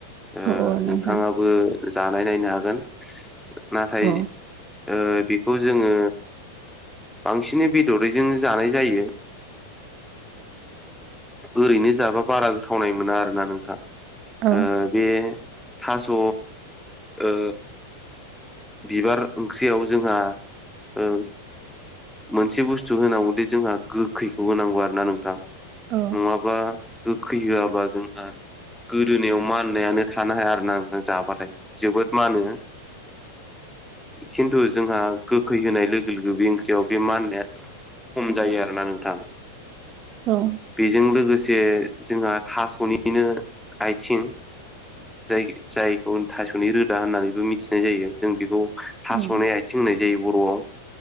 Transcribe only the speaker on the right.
औ औ नोंथां
औ
औ
औ अ
औ
उम